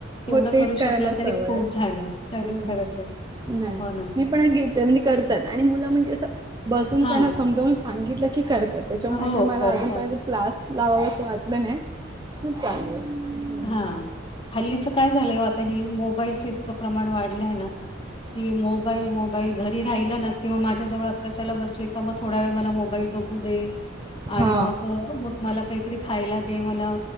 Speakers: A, on the left; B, on the right.
A: तेवढं
B: हो तेच
A: करू
B: करायला
A: शकलो. तरी
B: सवय
A: खूप झालं तरी
B: हम्म
A: खरच
B: हम्म
A: आहे.
B: नाही.
A: हो ना.
B: मी पण घेते म्हणजे करतात आणि मुलं म्हणजे अस बसून
A: हां.
B: त्यांना समजावून सांगितलं की करतात. त्याच्यामुळे
A: हो,
B: काय मला
A: करतात.
B: अजूनपर्यंत क्लास लावावं असं वाटलं नाही. मस्त चालू आहे. हम्म.
A: हा हल्लीचं काय झालं. आता हि मोबाईलच इतकं प्रमाण वाढलंय ना. कि मोबाईल मोबाईल घरी राहिला ना. किंवा माझ्या जवळ अभ्यासाला बसल का थोड्या वे मला मोबाईल बघू दे आणि
B: हा
A: मग मग मला काहीतरी खायला दे मला